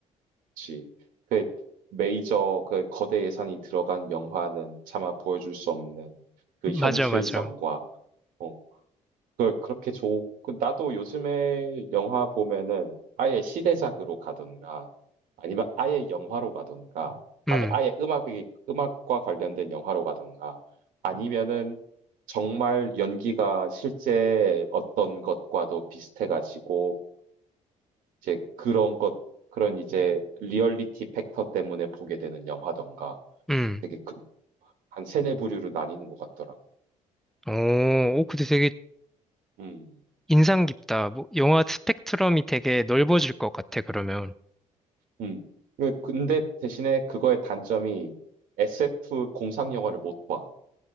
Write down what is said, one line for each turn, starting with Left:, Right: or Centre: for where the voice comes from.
Right: 그치. 그 메이저 그 거대 예산이 들어간 영화는 차마 보여줄 수 없는 그
Centre: 맞아,
Right: 현실성과
Centre: 맞아.
Right: 어, 그 그렇게 좋 그 나도 요즘에 영화 보면은 아예 시대작으로 가던가 아니면 아예 영화로 가던가
Centre: 음,
Right: 아니 아예 음악이 음악과 관련된 영화로 가던가 아니면은 정말 연기가 실제 어떤 것과도 비슷해가지고 이제 그런 것 그런 이제 리얼리티 팩터 때문에 보게 되는 영화던가
Centre: 음.
Right: 되게 그, 한 세네 부류로 나뉘는 것 같더라고.
Centre: 오, 오, 근데 되게
Right: 음.
Centre: 인상 깊다. 뭐, 영화 스펙트럼이 되게 넓어질 것 같아, 그러면.
Right: 음. 그- 근데 대신에 그거의 단점이 SF 공상 영화를 못 봐.